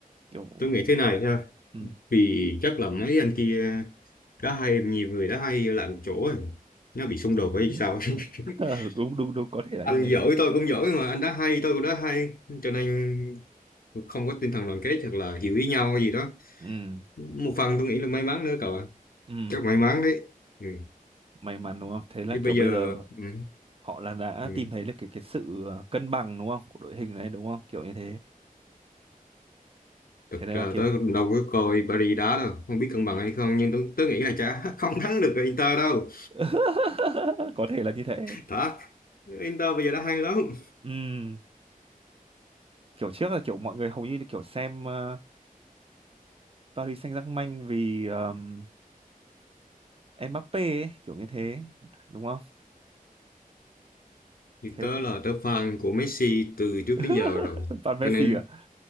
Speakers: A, on the right; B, on the left.
A: kiểu
B: tôi nghĩ thế này nha
A: ừ.
B: vì chắc là mấy anh kia đã hay nhiều người đã hay lại một chỗ rồi nó bị xung đột hay
A: <laughs>
B: sao ấy.
A: Ờ,
B: <laughs>
A: đúng đúng đúng có thể là
B: anh
A: như thế
B: giỏi tôi cũng giỏi mà anh đã hay tôi cũng đã hay cho nên không có tinh thần đoàn kết hoặc là hiểu ý nhau hay gì đó
A: ừ
B: một phần tôi nghĩ là may mắn nữa cậu ạ
A: ừ
B: chắc may mắn đấy ừ.
A: may mắn đúng không thế là
B: chứ
A: kiểu
B: bây
A: bây
B: giờ
A: giờ
B: ừ.
A: họ là đã
B: Ừ.
A: tìm thấy được cái cái sự ờ, cân bằng đúng không của đội hình đấy đúng không kiểu như thế
B: Thực
A: thế nên
B: ra
A: là kiểu
B: tớ cũng đâu có coi Paris đá đâu không biết cân bằng hay không nhưng tớ, tớ nghĩ là chả <laughs> không thắng được Inter đâu
A: <laughs> có thể là như thế
B: thật Inter bây giờ đã hay lắm
A: Ừm, kiểu trước là kiểu mọi người hầu như là kiểu xem ờ, Paris Saint-Germain vì um, Mbappé ấy, kiểu như thế đúng không
B: Như
A: thế
B: tớ là tớ fan của Messi từ trước
A: <laughs>
B: đến giờ rồi.
A: fan Messi
B: Cho nên,
A: à